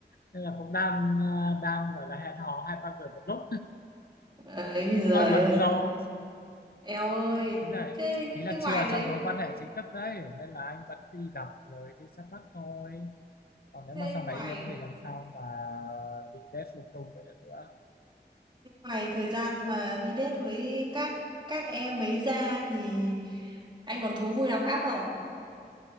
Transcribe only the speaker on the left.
nên là cũng đang ờ, đang gọi là hẹn hò hai ba người một lúc
hơi bận
rộn
ý là
ý là
chưa
trong mối quan hệ chính thức đấy nên là anh vẫn đi gặp rồi đi xem mắt thôi còn nếu
mà sau
này yêu thì làm sao mà đi date lung tung vậy được nữa